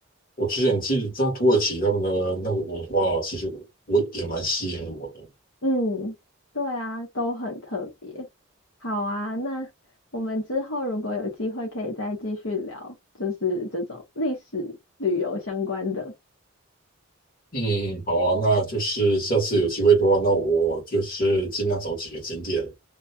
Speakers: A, on the left; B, on the left.
A: 我之前其实在土耳其他们的那个文化，其实我我也蛮吸引我的。
B: 嗯，对啊，都很特别。好啊，那我们之后如果有机会，可以再继续聊，就是这种历史旅游相关的。
A: 嗯，好啊，那就是下次有机会的话，那我就是尽量找几个景点，